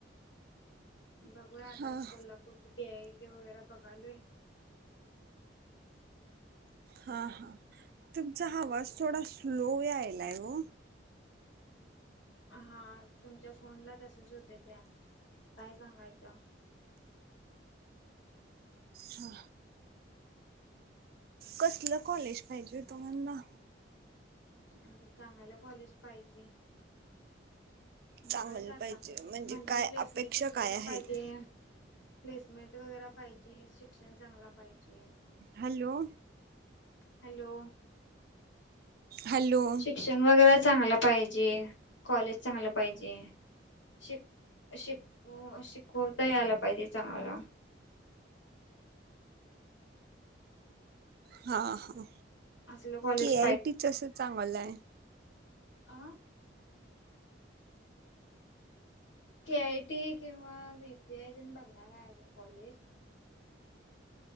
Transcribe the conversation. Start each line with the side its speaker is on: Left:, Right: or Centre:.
Left: बघू आता
Right: हां
Left: कोल्हापूर कुठे आहे. ते वगैरे पका बघालोय
Right: हा हा तुमचा आवाज थोडा स्लो आयलाय ग?
Left: हा तुमच्या फोनला तसच होत त्या काय सांगायचं. <inaudible>
Right: हा कसलं कॉलेज पाहिजे तुम्हाला?
Left: आ चांगलं कॉलेज पाहिजे.
Right: चांगलं
Left: बघायचं आता
Right: पाहिजे
Left: म्हणजे
Right: काय
Left: प्लेसमेंट
Right: अपेक्षा
Left: वगैरे
Right: काय आहेत
Left: पाहिजे प्लेसमेंट वगैरे पाहिजे शिक्षण चांगला पाहिजे.
Right: हॅलो
Left: हॅलो
Right: हॅलो
Left: शिक्षण वगैरे चांगला पाहिजे कॉलेज चांगलं पाहिजे. शिक, शिक शिकवता यायला पाहिजे चांगला.
Right: हा हा
Left: असलं कॉलेज
Right: के आयटीचस चांगलं आहे.
Left: आ के आय टी किंवा बीपीआय दे बघणार आहे अजून कॉलेज